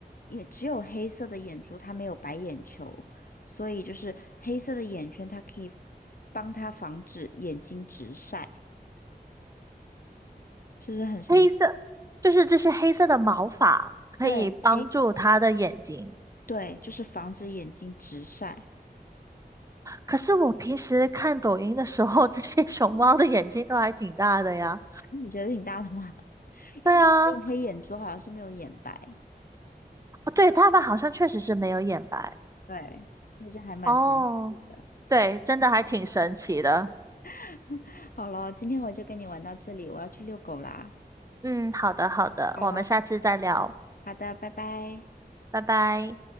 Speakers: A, on the left; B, on the right.
A: 因为只有黑色的眼珠，它没有白眼球，所以就是黑色的眼圈，它可以帮他防止眼睛直晒，是不是很神奇
B: 黑色就是这些黑色的毛发可以帮助它的眼睛。
A: 对，黑，对，就是防止眼睛直晒。
B: 可是我平时看抖音的时候，<laughs> 这些熊猫的眼睛都还挺大的呀。
A: 你觉得挺大的吗？因为他只有黑眼珠，
B: 对啊，哦，
A: 好像是没有眼白，
B: 对，它们好像确实是没有眼白。
A: 对，所以就还蛮神奇的。
B: 哦，对，真的还挺神奇的。
A: <laughs> 好了，今天我就跟你玩到这里，我要去遛狗啦。
B: 嗯，好的，好的，
A: 好了，
B: 我们下次再聊，
A: 好的，拜拜。
B: 拜拜。